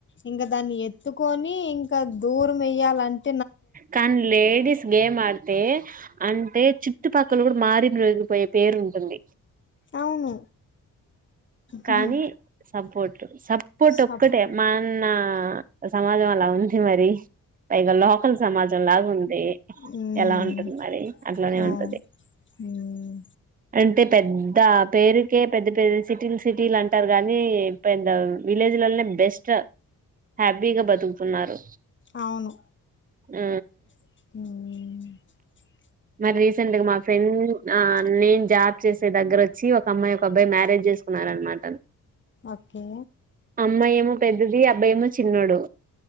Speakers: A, on the left (about 30°); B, on the right (about 20°).
A: ఇంకా దాన్ని ఎత్తుకోని ఇంకా దూర్ మెయ్యాలంటే
B: కానీ లేడీస్ గేమ్ ఆడితే తే... అంటే చుట్టుపక్కల కూడా మారి మ్రొగిపోయే పేరు ఉంటుంది
A: అవును ఉహుహు.
B: కానీ సపోర్ట్ సబ్ పుట
A: సప్
B: ఒక్కటే మా అన్న సమాజం అలా ఉంది మరి పైగల సమాజం లాగా ఉంది
A: మ్మ్
B: ఎలా ఉంటుంది మరి అట్లానే
A: అవును
B: ఉంటుది
A: మ్మ్
B: అంటే పెద్ద పేరుకే పెద్ద పెద్ద సిటీలు సిటీలు అంటారు కానీ పెద్ద విలేజ్ లోళ్ళె బెస్ట్ హ్యాపీగా బతుకుతున్నారు
A: అవును
B: మ్
A: మ్
B: మరి రీసెంట్ గా మా ఫ్రెండ్ ఆ నేను జాబ్ చేసే దగ్గర వచ్చి ఒక అమ్మాయి ఒక అబ్బాయి వచ్చి మ్యారేజ్ చేసుకున్నార అనమాట
A: ఓకే
B: అమ్మాయెమో పెద్దది అబ్బాయేమో చిన్నోడు